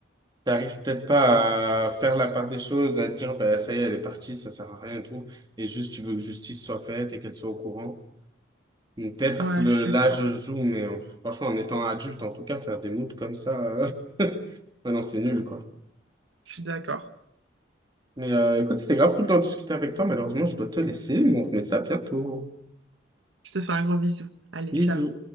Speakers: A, on the right; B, on the right.
A: t'arrives peut-être pas à faire la part des choses, à te dire, bah, ça y est, elle est partie, ça sert à rien et tout. Et juste, tu veux que justice soit faite et qu'elle soit au courant. Donc, Peut-être
B: Ouais,
A: le-
B: je sais
A: l'âge
B: pas.
A: joue, mais euh, franchement, en étant adulte, en tout cas, faire des moods comme ça, euh, <laughs> ouais, non, c'est nul, quoi.
B: Je suis d'accord.
A: Mais euh, écoute, c'était grave cool de discuter avec toi. Malheureusement, je dois te laisser, mais on remet ça bientôt.
B: Je te fais un gros bisou. Allez,
A: Bisous.
B: ciao.